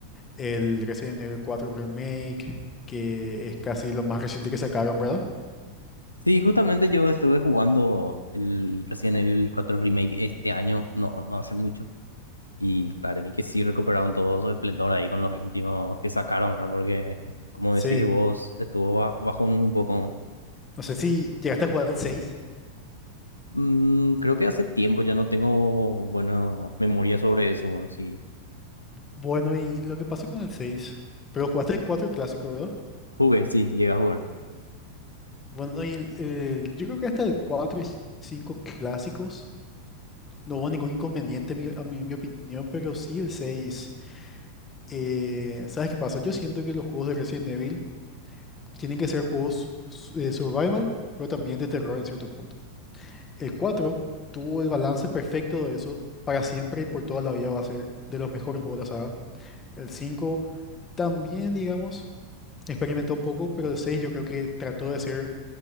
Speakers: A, on the left; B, on the left.
A: el Resident Evil 4 Remake, que es casi lo más reciente que sacaron, ¿verdad?
B: Sí, justamente yo estuve jugando el Resident Evil 4 Remake este año, no, no hace mucho, y para mí que sí recuperaron todo su esplendor ahí con los últimos que sacaron, ¿verdad? Porque, es- como
A: Sí,
B: decís vos, estuvo ba- bajo un, un poco...
A: no sé si llegaste a jugar el seis.
B: Mm, creo que hace tiempo ya no tengo buena memoria sobre eso, bueno, sí,
A: Bueno, y lo que pasó con el seis, pero jugaste el 4 clásico, ¿verdad?
B: jugué, sí, llegué a jugar.
A: Bueno, y el- el- yo creo que hasta el 4 y 5 clásicos no hubo ningún inconveniente, mi- a mi, mi opinión, pero sí el seis. eh, ¿sabes qué pasa? Yo siento que los juegos de Resident Evil tienen que ser juegos su- de survival, pero también de terror en cierto punto. El 4 tuvo el balance perfecto de eso, para siempre y por toda la vida va a ser de los mejores juegos de la saga. El cinco también, digamos, experimentó un poco, pero el seis yo creo que trató de ser